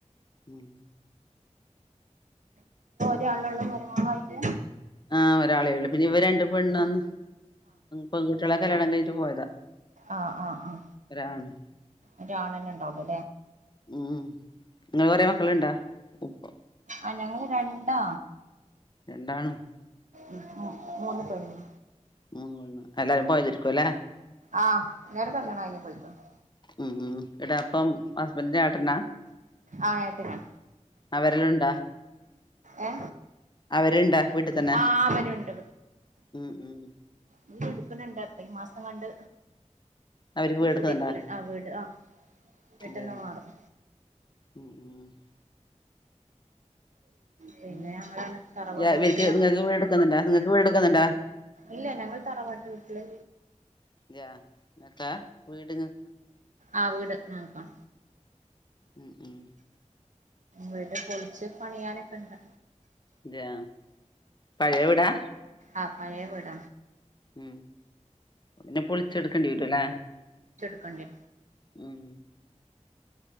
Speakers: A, on the left; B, on the right.
A: ഉം
B: ഒറ്റ ആൾ ഒള്ളൂ മരുമകളായിട്ട്
A: ആഹ ഒരാളെ ഉള്ളു പിന്നെ ഇവ രണ്ട് പെണ്ണും പെൺകുട്ടികളെ കല്യാണം കഴിഞ്ഞട്ടു പോയതാ
B: ആഹ ആഹ് ആഹ
A: ഒരാണും
B: ഒരാണ തന്നെ ഉണ്ടാവലോ
A: ഉം നിങ്ങള് കൊറേ
B: അല്ലേ
A: മക്കളുണ്ടാ ഉപ്പ
B: ആ ഞങ്ങള് രണ്ടാ
A: എന്താണ്
B: ഉ ഉ മൂന്ന് പെണ്ണും
A: മ എല്ലാരും പോയതിരിക്കുവ അല്ലേ
B: ആഹ് എല്ലാരും കല്യാണം കഴിഞ്ഞു പോയിക്കുന്നു
A: ഉം ഇടാ അപ്പം ഹസ്ബൻറിന്റെ ഏട്ടന്നാ
B: ആഹ് ഏട്ടനാ
A: അവരെല്ലാം ഉണ്ടാ
B: ഏ
A: അവരുണ്ടാ വീട്ടിൽ തന്നെ
B: ആഹ് അവരു ഉണ്ട്
A: ഉം ഉം
B: ഇ എടുക്കണണ്ട് അപ്പേ ഈ മാസം കണ്ട്
A: അവർക്ക് വീടെടുക്കുന്നുണ്ടാ
B: കുടിരിക്കൽ ആ വീട് ആഹ പെട്ടെന്ന്
A: അതെയാ
B: മാറും
A: ഉം ഉം
B: പിന്നെ
A: ഉം
B: ഞങ്ങളാണ് തറവാട്
A: യാ ഇവർക്ക്
B: വീട്ടില് ഞങ്ങള
A: നിങ്ങക്ക് വീടെടുക്കുന്നുണ്ടാ നിങ്ങക്ക് വീടെടുക്കുന്നുണ്ടാ
B: ഇല്ല ഞങ്ങൾ തറവാട്ട് വീട്ടില്
A: യാ എന്നക്കാ വീട്
B: ആ വീട് നോക്കാം
A: ഉം ഉം
B: വീട്പൊളിച്ച് പണിയാനൊക്കെ ഇണ്ട്
A: അത പഴയ വിടാ
B: ആ പഴയ വിട
A: ഉ പിന്നെ പൊളിച്ചെടുക്കേണ്ടി വരുവല്ലേ
B: കണ്ടി്
A: ഉം